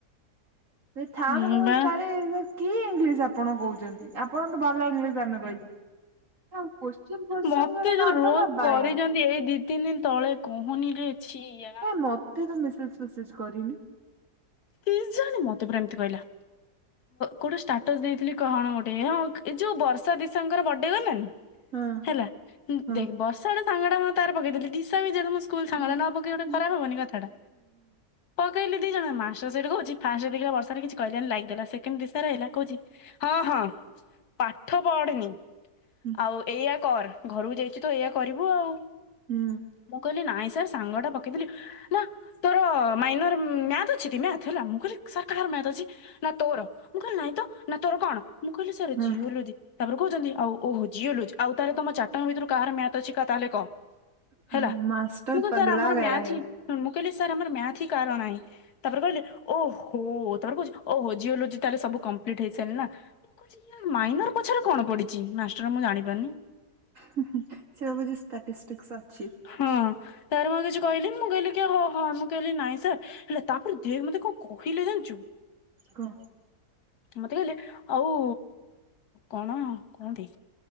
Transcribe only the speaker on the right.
ଯଦି ଥାନ୍ତା
ମୁଁ
କହିବି ସାର୍ କି ଇଂଲିଶ ଆପଣ କହୁଛନ୍ତି ଆପଣଠୁ ଭଲ ଇଂଲିଶ ଆମେ କହିବୁ। ତାଙ୍କ କୋଶ୍ଚିନ୍ ଫୋଶ୍ଚିନ୍
ଯଦି
ନଦେଲା
ବାୟା।
କାଇଁ ମତେ ତ ମେସେଜ ଫେସେଜ କରିନି।
ହଁ
ହଁ
ହୁଁ
ହୁଁ।
ହୁଁ
ହୁଁ।
ହଁ
ହଁ
ମାଷ୍ଟର
ପଗଲା
ଗୟା
ହେ।
ହୁଁ ହୁଁ ସେ ଭାବୁଛି ଷ୍ଟାଟିଷ୍ଟିକସ ଅଛି।
କଣ?